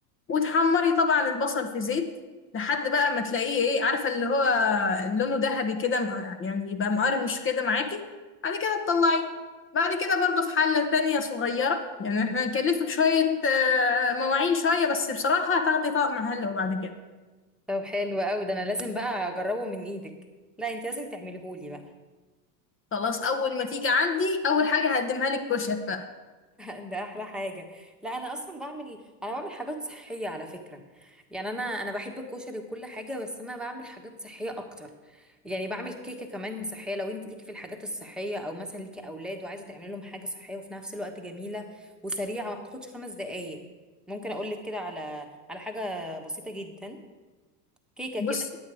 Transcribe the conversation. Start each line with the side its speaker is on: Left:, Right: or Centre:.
Left: وتحمري طبعا البصل في زيت لحد بقى ما تلاقيه ايه عارفه اللي هو لونه ذهبي كده مع- يعني يبقى مقرمش كده معاكي بعد كده تطلعيه بعد كده برضو في حله تانية صغيره يعني احنا هنكلفك شويه آه، مواعين شويه بس بصراحه هتاخدي طقم حلو بعد كده
Centre: طب حلو قوي ده أنا لازم بقى أجربه من إيدك لا أنت لازم تعمليهولي بقى
Left: خلاص اول ما تيجي عندي اول حاجه هقدمها لك كشك
Centre: ده احلى حاجه لا انا اصلا بعمل انا بعمل حاجات صحيه على فكره يعني انا انا بحب الكشري وكل حاجه بس انا بعمل حاجات صحيه اكتر يعني بعمل كيكه كمان صحيه لو انت ليكي في الحاجات الصحيه او مثلا ليكي اولاد وعايزه تعملي لهم حاجه صحيه وفي نفس الوقت جميله وسريعه ما بتاخدش خمس دقائق ممكن اقول لك كده على على حاجه بسيطه جدا كيكه كده
Left: بص